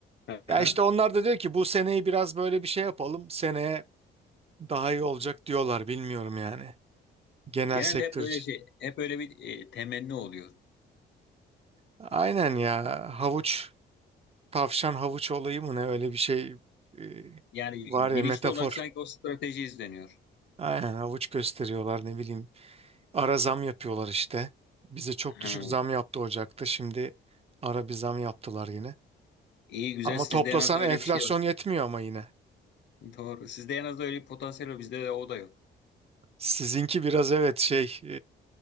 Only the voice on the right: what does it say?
Ya işte onlar da diyor ki bu seneyi biraz böyle bir şey yapalım seneye daha iyi olacak diyorlar bilmiyorum yani genel
sektör
için.
Aynen ya havuç. Tavşan havuç olayı mı ne öyle bir şey e,
var
ya metafor.
Aynen havuç gösteriyorlar ne bileyim. Ara zam yapıyorlar işte. Bize çok
düşük zam yaptı Ocak'ta. Şimdi ara bir zam yaptılar yine.
Ama
toplasan
enflasyon
yetmiyor ama yine.
Sizinki biraz evet şey e,